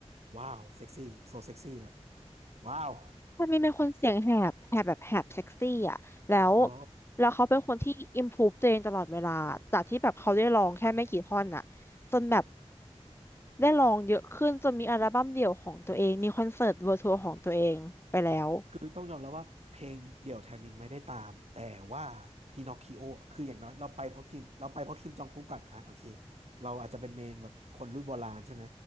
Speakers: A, on the right; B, on the left.
A: ว้าวเซ็กซี่โซเซ็กซี่แบบว้าว
B: มันมีเป็นคนเสียงแหบแหบแบบแหบเซ็กซี่อ่ะแล้ว
A: โอ้
B: แล้วเขาเป็นคนที่ improve ตัวเองตลอดเวลาจากที่แบบเขาได้ลองแค่ไม่กี่ท่อนอ่ะจนแบบได้ลองเยอะขึ้นจนมีอัลบั้มเดี่ยวของตัวเองมีคอนเสิร์ตเวอร์ทัวร์ของตัวเองไปแล้ว
A: คือต้องยอมรับว่าเพลงเดี่ยวแทนมินไม่ได้ตามแต่ว่าพินอคคิโอคืออย่างน้อยเราไปเพราะคิมเราไปเพราะคิมจองกุ๊กก่อนอ่ะโอเคเราอาจจะเป็นเมนแบบคนรุ่นโบราณใช่ไหม